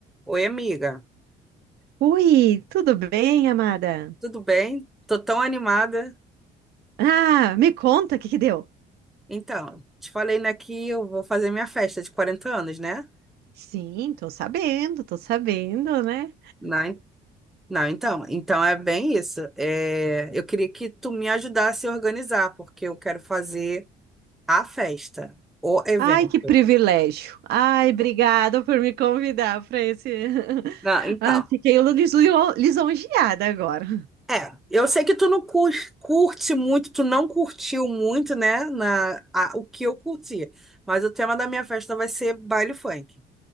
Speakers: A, in the centre; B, on the right (about 70°).
A: Oi, amiga,
B: Ui, tudo bem, amada?
A: tudo bem? Tô tão animada.
B: Ah, me conta o que que deu.
A: Então, te falei, né, que eu vou fazer minha festa de 40 anos, né?
B: Sim, tô sabendo, tô sabendo, né?
A: Não, en- não, então, então é bem isso. É, eu queria que tu me ajudasse a organizar, porque eu quero fazer a festa, o evento.
B: Ai, que privilégio. Ai, obrigada por me convidar para esse. <laughs>
A: Não, então,
B: Ah, fiquei lis- lisonjeada agora.
A: é, eu sei que tu não cur- curte muito, tu não curtiu muito, né, na, a- o que eu curti, mas o tema da minha festa vai ser baile funk.